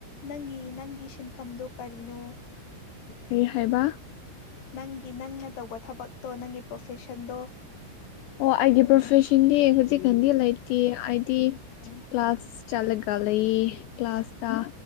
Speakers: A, on the left (about 55°); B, on the left (about 80°).
A: ꯅꯪꯒꯤ ꯅꯪꯒꯤ ꯁꯤꯟꯐꯝꯗꯨ ꯀꯔꯤꯅꯣ
B: ꯑꯩ ꯍꯥꯏꯕ
A: ꯅꯪꯒꯤ ꯅꯪꯅ ꯇꯧꯕ ꯊꯕꯛꯇꯣ ꯅꯪꯒꯤ ꯄ꯭ꯔꯣꯐꯦꯁꯟꯗꯣ
B: ꯑꯣ ꯑꯩꯒꯤ ꯄ꯭ꯔꯣꯐꯦꯁꯟꯗꯤ ꯍꯧꯖꯤꯛꯀꯥꯟꯗꯤ ꯂꯩꯇꯦ ꯍꯥꯏꯗꯤ ꯀ꯭ꯂꯥꯁ ꯆꯠꯂꯒ ꯂꯩꯌꯦ ꯀ꯭ꯂꯥꯁꯇ